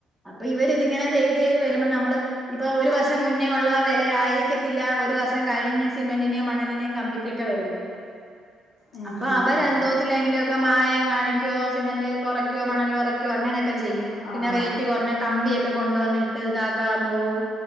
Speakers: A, in the centre; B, on the left (about 80°).
A: അപ്പൊ ഇവര് ഇതിങ്ങനെ ചെയ്ത് ചെയ്ത് വരുമ്പോ നമ്മള് ഇപ്പൊ ഒരു വർഷം മുന്നേ ഒള്ള വെല ആയിരിക്കത്തില്ല ഒരു വർഷം കഴിഞ്ഞ് സിമെന്റിനേം മണലിനെം കമ്പി കെക്കവരുമോത്
B: ഉം
A: അപ്പ അം
B: ആഹ്
A: ബോത്തിലേങ്കില് ഒക്ക മായം കാണിക്കോ സിമന്റ് കൊറക്കോ മണല് കൊറയ്ക്കോ അങ്ങനെയൊക്കെ ചെയ്യും
B: ആഹ്
A: പിന്നെ റേ കട്ടി കൊറഞ്ഞ കമ്പിയൊക്കെ കൊണ്ടുവന്നിട്ട് ഇതാക്കാൻ പോവും